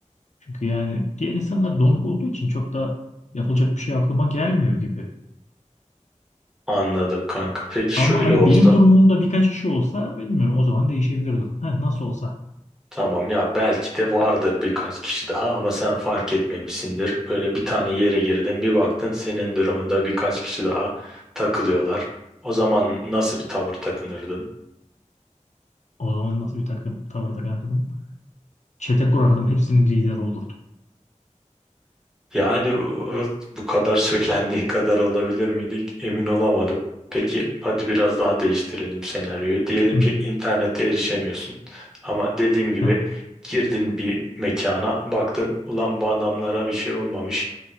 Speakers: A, on the left; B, in the centre.
A: Çünkü yani diğer insanlar donuk olduğu için çok da yapılacak bir şey aklıma gelmiyor gibi.
B: Anladım kanka. Peki
A: Ama
B: şöyle
A: hani
B: olsa.
A: benim durumumda birkaç kişi olsa bilmiyorum o zaman değişebilir durum. Ha, nasıl olsa
B: Tamam ya belki de vardır birkaç kişi daha ama sen fark etmemişsindir. Böyle bir tane yere girdin bir baktın senin durumunda birkaç kişi daha takılıyorlar. O zaman nasıl bir tavır takınırdın?
A: o zaman nasıl bir takım tavır takardım? Çete kurardım hepsinin lideri olurdu.
B: Yani o- bu kadar söylendiği kadar olabilir miydik? Emin olamadım. Peki hadi biraz daha değiştirelim senaryoyu. Diyelim
A: Hı.
B: ki internete erişemiyorsun. Ama dediğim gibi
A: Ha.
B: girdin bir mekana, baktın ulan bu adamlara bir şey olmamış.